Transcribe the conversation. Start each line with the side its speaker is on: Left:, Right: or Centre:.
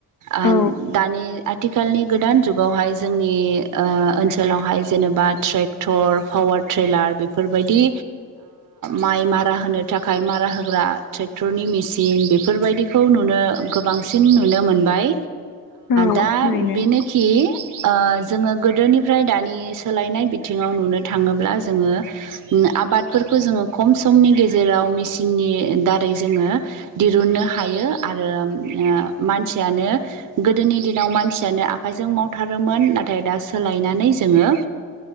Right: आ
Left: औ
Right: दानि आथिखालनि गोदान जुगावहाय जोंनि ओनसोलावहाय जेनेबा ट्रेक्टर पावार ट्रेलार बेफोरबायदि माइ मारा होनो थाखाय मारा होग्रा ट्रेक्टरनि मेसिन बेफोरबायदि खौ नुनो गोबांसिन नुनो मोनबाय
Left: औ
Right: दा
Left: थारैनो
Right: नोखि जोङो गोदोनिफ्राय दानि सोलायनाय बिथिङाव नुनो थाङोब्ला जोङो आबादफोरखौ जोङो खम समनि गेजेराव मेसिननि दारै जोङो दिरुननो हायो आरो मानसियानो गोदोनि दिनाव मानसि -यानो आखाइजों मावथारोमोन नाथाय दा सोलायनानै जोङो